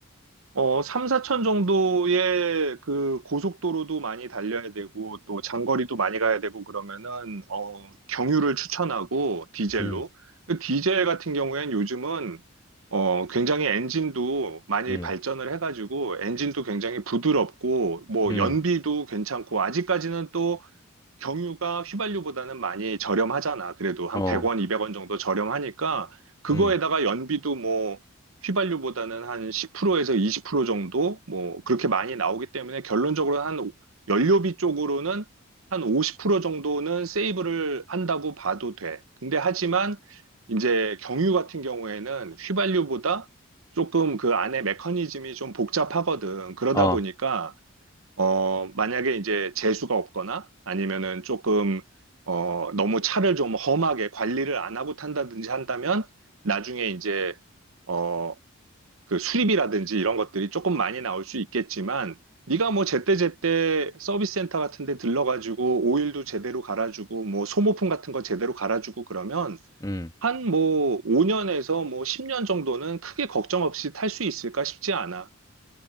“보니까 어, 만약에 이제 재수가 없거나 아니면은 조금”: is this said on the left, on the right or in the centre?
Right